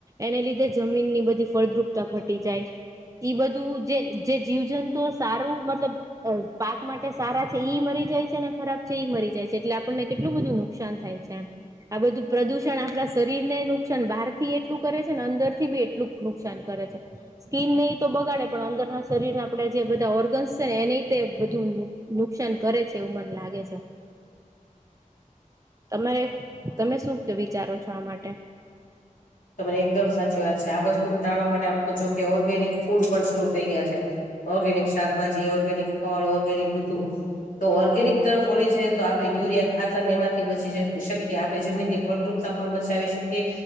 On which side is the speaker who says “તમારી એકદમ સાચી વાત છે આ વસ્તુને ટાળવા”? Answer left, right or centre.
Left